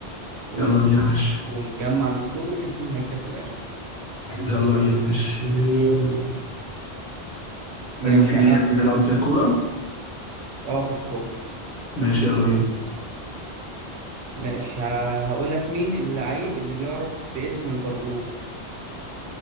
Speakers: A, on the right; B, on the left.
A: ونش...
B: يلا بينا ماشي
A: ونجمع السكور ونشوف مين هيكسب في الاخر
B: يلا بينا ماشي نتكلم
A: ماشي
B: في ايه
A: انا هبدا
B: نلعب في كورة
A: اه في الكوره
B: ماشي يلا بينا
A: ماشي ه... هقول لك مين اللعيب اللي بيعرف باسم البرغوث